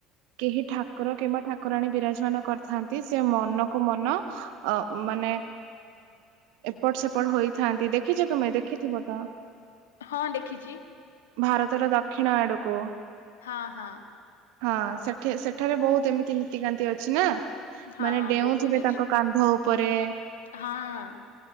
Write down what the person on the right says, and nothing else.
କେହି ଠାକୁର କିମ୍ବା ଠାକୁରାଣୀ ବିରାଜମାନ କରିଥାନ୍ତି। ସେ ମନକୁ, ମନ ଅ ମାନେ ଏପଟ, ସେପଟ ହୋଇଥାନ୍ତି। ଦେଖିଛ ତୁମେ ଦେଖିଥିବ ତ।
ଭାରତର ଦକ୍ଷିଣ ଆଡ଼କୁ
ହଁ ସେଠି ସେଠାରେ ବହୁତ ସେମିତି ନୀତିକାନ୍ତି ଅଛି ନା।
ମାନେ ଡେଉଁଥିବେ
ତାଙ୍କ କାନ୍ଧ ଉପରେ।